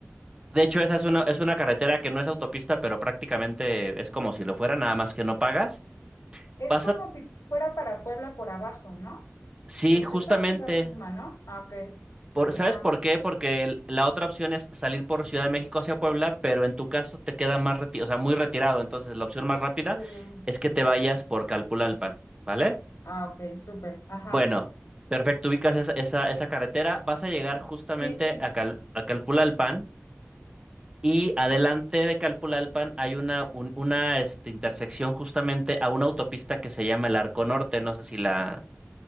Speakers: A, on the right; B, on the left.
A: De hecho, esa es una, es una carretera que no es autopista, pero prácticamente es como si lo fuera, nada más que no pagas.
B: Es
A: Vas
B: como
A: a...
B: si fuera para Puebla por abajo, ¿no?
A: Sí,
B: ¿Es
A: justamente.
B: esa? Esa misma, ¿no? Ah, ok,
A: Por,
B: ajá,
A: ¿sabes por qué? Porque el- la otra opción es salir por Ciudad de México hacia Puebla, pero en tu caso te queda más reti- o sea, muy retirado. Entonces, la opción más rápida
B: sí,
A: es que te vayas por Calpulalpan, ¿vale?
B: ah, ok, súper, ajá,
A: Bueno, perfecto, ubicas esa, esa, esa carretera, vas a llegar justamente
B: sí,
A: a, Cal, a Calpulalpan Y adelante de Calpulalpan hay una, un- una este, intersección justamente a una autopista que se llama el Arco Norte. No sé si la,